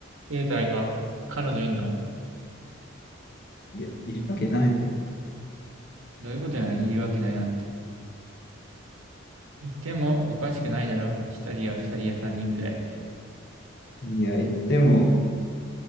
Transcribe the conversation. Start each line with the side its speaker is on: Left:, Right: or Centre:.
Right: ケイタ今、彼女いんの
Left: いや、いるわけないよ。
Right: どういうことや、いるわけないなって。いてもおかしくないだろ。一人や二人や三人くらい。っ
Left: いや、いても、